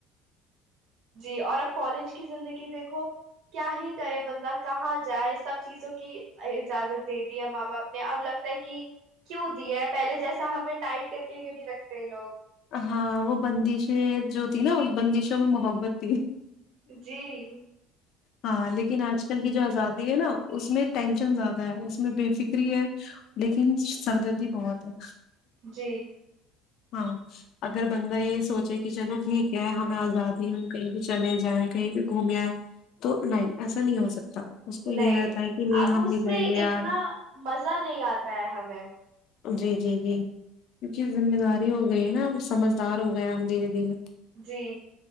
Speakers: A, on the right; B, on the left.
A: جی اور اب کالج کی زندگی دیکھو کیا ہی کرے بندہ کہاں جائے سب چیزوں کی اجازت دےتی ہے ماں باپ نے اب لگتا ہے کہ کیوں دی ہے پہلے جیسا ہمیں ٹائٹ کر کے کیوں نہیں رکھتے لوگ
B: ہاں وہ بندشیں جو تیں نا اس بندشوں میں محبت تھی
A: جی
B: ہاں لیکن آج کل کی جو زدہ ہے نا اس میں ٹینشن زیادہ ہے اس میں بے فکری ہے لیکن سردر بھی بہت ہے
A: جی
B: ہاں اگر بندہ یہ سوچے کہ چلو ٹھیک ہے ہمیں آزادی ہم کہیں بھی چلے جائیں کہیں بھی گھومے آئے تو نہیں ایسا نہیں ہو سکتا اس کو
A: نہیں
B: یہ رہتا ہے کہ نہیں
A: اب
B: ہم
A: اس
B: نہیں جائیں
A: میں
B: گے یار
A: اتنا مزہ نہیں آتا ہے ہمیں
B: جی جی جی کیونکہ ذمہ داری ہو گئی ہے نا ہم سمجھدار ہو گیا ہم دھیرے دھیرے
A: جی